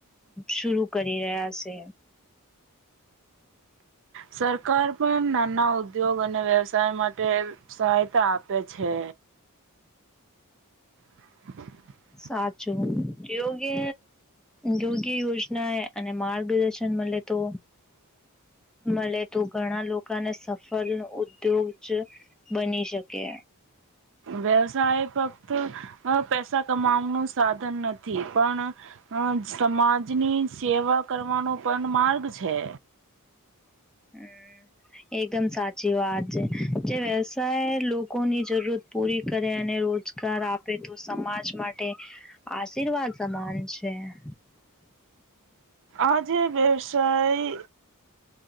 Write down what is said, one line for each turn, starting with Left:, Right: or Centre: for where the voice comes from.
Centre: શુરુ કરી રહ્યા છે.
Right: સરકાર પણ નાના ઉદ્યોગ અને વ્યવસાય માટે સહાય તા આપે છે. <inaudible>
Centre: સાચું. યોગ્ય યોગ્ય યોજના અને માર્ગદર્શન મલ તો મલે તો ઘણા લોકોને સફળ ઉદ્યોગ જ બની શકે.
Right: વ્યવસાય ફક્ત અ પૈસા કમાવાનું સાધન નથી પણ અ અ સમાજની સેવા કરવાનો પણ માર્ગ છે.
Centre: હમ. એકદમ સાચી વાત છે. જે વ્યવસાય લોકોની જરૂરત પૂરી કરે અને રોજગાર આપે તો સમાજ માટે, આશીર્વાદ સમાન છે. <inaudible>
Right: આજે વ્યવસાય